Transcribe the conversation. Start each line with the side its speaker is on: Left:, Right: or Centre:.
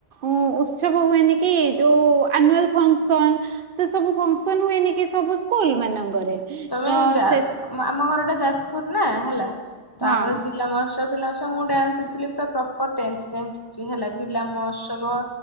Right: ଉଁ ଉତ୍ସବ ହୁଏନି କି ଯୋଉ ଆନୁଆଲ୍ ଫଙ୍କସନ୍ ସେ ସବୁ ଫଙ୍କସନ୍ ହୁଏନି କି ସବୁ ସ୍କୁଲ୍ ମାନଙ୍କରେ
Left: ତମେ
Right: ତ
Left: ଯା
Right: ସେ
Left: ଆମ ଘରଟା ଯାଜପୁର ନା ହେଲା ତ
Right: ହଁ
Left: ଆମର ଜିଲ୍ଲା ମହୋତ୍ସବ ପିଲାଙ୍କ ସହ ମୁଁ ଡାନ୍ସ ଶିଖଥିଲି ପୁରା ପ୍ରପର୍ ଟେଂଥ ଯାଏଁ ଶିଖଛି ହେଲା ଜିଲ୍ଲା ମହୋତ୍ସବ